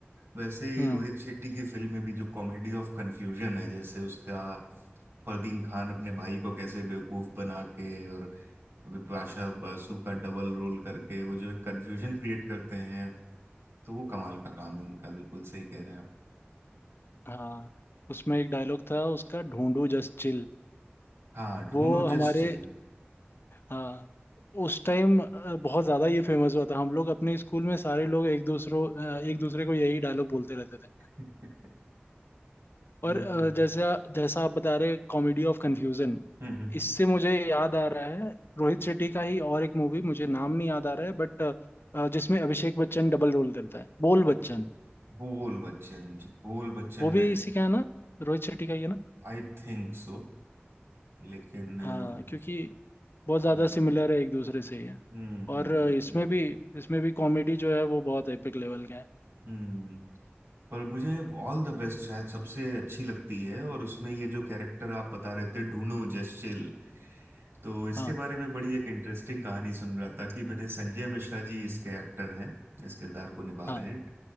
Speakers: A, on the right; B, on the left.
A: वैसे ही
B: हम्म
A: रोहित शेट्टी की फिल्म में भी जो कॉमेडी ऑफ कन्फ्यूजन है जैसे उसका फरदीन खान अपने भाई को कैसे बेवकूफ बना के और विपाशा बासु का डबल रोल करके वो जो एक कंफ्यूजन क्रिएट करते हैं तो वो कमाल का काम है उनका बिल्कुल सही कह रहे हैं आप
B: हाँ उसमें एक डायलॉग था उसका ढूंढू जस्ट चिल
A: हाँ ढूंढो
B: वो हमारे
A: जस्ट चिल
B: हाँ उस टाइम बहुत ज्यादा ये फेमस हुआ था हम लोग अपने स्कूल में सारे लोग एक दूसरों अ, एक दूसरे को यही डायलॉग बोलते रहते थे
A: <laughs>
B: और
A: बिल्कुल
B: अ, जैसे जैसा आप बता रहे कॉमेडी ऑफ कन्फ्यूजन
A: हम्म हम्म
B: इससे मुझे याद आ रहा है रोहित शेट्टी का ही और एक मूवी मुझे नाम नहीं याद आ रहा है बट जिसमें अभिषेक बच्चन डबल रोल करता है बोल बच्चन
A: बोल बच्चन जी बोल बच्चन
B: वो भी
A: मैंने
B: इसी का है ना रोहित शेट्टी का ही है ना
A: आई थिंक सो लेकिन अ,
B: हाँ
A: मुझे-
B: क्योंकि बहुत ज़्यादा
A: हम्म
B: सिमिलर है एक दूसरे से ही है
A: हम्म
B: और
A: हम्म
B: अ, इसमें
A: हम्म
B: भी इसमें भी कॉमेडी जो है वो बहुत एपिक लेवल का है
A: हम्म। पर मुझे ऑल द बेस्ट शायद सबसे अच्छी लगती है और उसमें ये जो कैरेक्टर आप बता रहे थे ढूंढो जस्ट चिल तो इसके
B: हाँ
A: बारे में बड़ी एक इंटरेस्टिंग कहानी सुन रहा था कि मैंने संजय मिश्रा जी इसके एक्टर हैं इस किरदार को निभा
B: हाँ
A: रहे हैं